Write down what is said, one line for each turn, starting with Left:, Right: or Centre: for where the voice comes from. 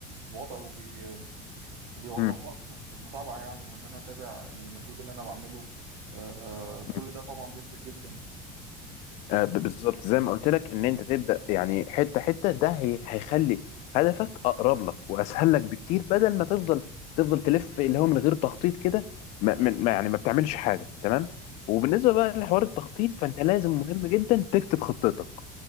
Right: الوضع وبي وبيوضحوا
Left: مم.
Right: اكتر في المتابعه يعني وان انا اتابع المجهود اللي انا بعمله آه
Left: مم.
Right: كل ده طبعا بيفرق جدا
Left: آه، ب- بالظبط زي ما قلت لك ان انت تبدا يعني حته حته ده هي- هيخلي هدفك اقرب لك واسهل لك بكتير بدل ما تفضل تفضل تلف اللي هو من غير تخطيط كده ما من- ما- يعني ما بتعملش حاجه تمام وبالنسبه بقى لحوار التخطيط فانت لازم مهم جدا تكتب خطتك